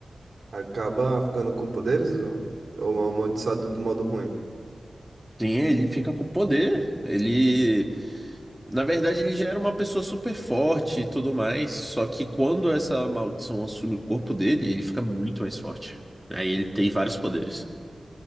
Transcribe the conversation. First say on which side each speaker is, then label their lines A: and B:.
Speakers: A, on the right; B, in the centre.
A: acaba ficando com poderes ou ou é amaldiçoado do modo ruim?
B: Sim, ele fica com poder. Ele, na verdade, ele já era uma pessoa super forte e tudo mais. Só que quando essa maldição assume o corpo dele, ele fica muito mais forte. Aí ele tem vários poderes.